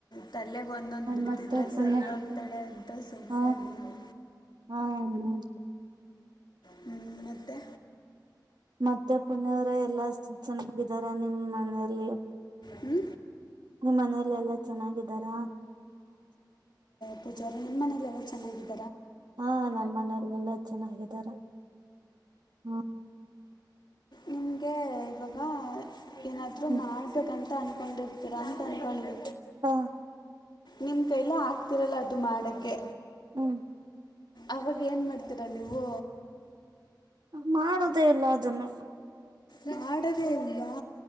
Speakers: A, on the left; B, on the right.
A: ತಲೆಗೆ ಒಂದೊಂದು್ ಬಿಡ್ತಿದ್ರೆ
B: ಮತ್ತೆ ಪುನಃ
A: ಸರಿ ಹೋಗ್ತಾಳೆ ಅಂತ ಸುಮ್ಮನೆದೀನಿ
B: ಹ ಹ
A: ಹ್ಮ ಮತ್ತೆ
B: ಮತ್ತೆ ಪುನೆಯವ್ರ ಎಲ್ಲಾ ಚೆನ್ನಾಗಿದ್ದಾರೆ ನಿಮ್ಮ್ ಮನೆಯಲ್ಲಿ
A: ಹ್ಞೂ
B: ನಿಮ್ಮ ಮನೆಯಲ್ಲ ಎಲ್ಲಾ ಚೆನ್ನಾಗಿದ್ದಾರಾ
A: ಪೂಜಾರ ನಿಮನೆಲೆಲ್ಲ ಚೆನ್ನಾಗಿತ್
B: ಹಾ ನಮ್ಮ ಮನೆ ಇಲ್ಲ ಎಲ್ಲಾ ಚೆನ್ನಾಗಿದಾರ ಹ್ಮ
A: ನಿಮ್ಗೆ ಇವಾಗ ಏನಾದರೂ
B: ಹ್ಮ್
A: ಮಾಡಬೇಕನ್ ಅಂದ್ಕೊಂಡಿರ್ತೀರ ಅಂತ ಅಂದಕೋಳ್ಳಿ
B: ಹಾ
A: ನಿಮ್ ಕೈಲ್ಲ ಆಗ್ತಿರಲ್ಲ ಅದು ಮಾಡಕೆ
B: ಹ್ಮ್
A: ಅವಾಗ ಏನ್ ಮಾಡ್ತೀರಾ ನೀವು
B: ಮಾಡುದೇ ಇಲ್ಲ ಅದನ್ನು
A: ಮಾಡಡವೇ ಇಲ್ವಾ